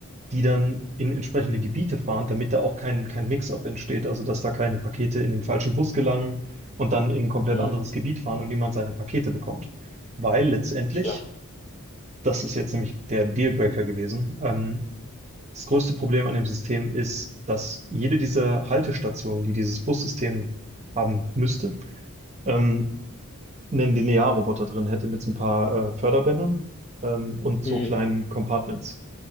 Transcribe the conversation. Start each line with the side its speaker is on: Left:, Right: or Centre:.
Right: die dann in entsprechende Gebiete fahren, damit da auch kein, kein Mix-up entsteht, also dass da keine Pakete in den falschen Bus gelangen und dann in ein komplett
Left: mhm,
Right: anderes Gebiet fahren und niemand seine Pakete bekommt. Weil letztendlich,
Left: klar,
Right: das ist jetzt nämlich der Dealbreaker gewesen, ähm, das größte Problem an dem System ist, dass jede dieser Haltestationen, die dieses Bussystem haben müsste, ähm, einen Linearroboter drin hätte mit so ein paar äh, Förderbändern ähm, und
Left: mhm,
Right: so kleinen Compartments.